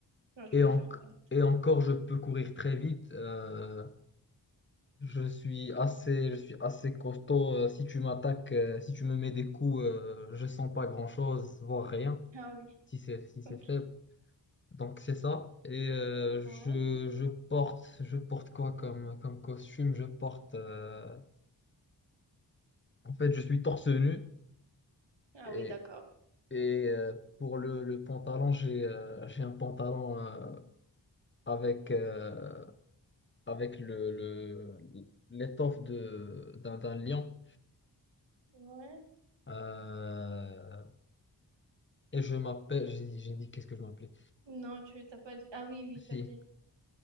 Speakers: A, on the right; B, on the left.
A: Genre, tu
B: Et,
A: peux
B: en-
A: faire quoi? d'autre
B: et encore, je peux courir très vite. euh, je suis assez, je suis assez costaud. euh, si tu m'attaques, euh, si tu me mets des coups, euh, je sens pas grand-chose, voire rien,
A: Ah oui.
B: si c'est si c'est
A: Ok.
B: faible. Donc c'est ça. Et euh,
A: Ouais.
B: je, je porte, je porte quoi comme, comme costume? Je porte. euh, en fait, je suis torse nu
A: Ah
B: et,
A: oui, d'accord.
B: et euh, pour le, le pantalon, j'ai euh, j'ai un pantalon. Euh, avec, euh, avec le, le- l'étoffe de, d'un, d'un lion.
A: Ouais.
B: Euh, et je m'appelle, j'ai dit, j'ai dit qu'est-ce que je m'appelais?
A: Non, tu t'as pas dit. Ah oui, oui,
B: Si.
A: t'as dit.